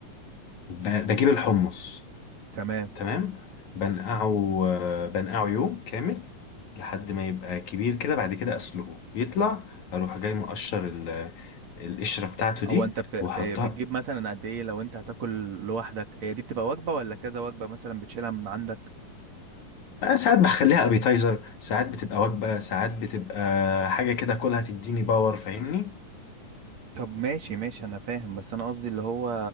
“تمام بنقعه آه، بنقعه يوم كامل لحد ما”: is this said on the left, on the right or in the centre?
Left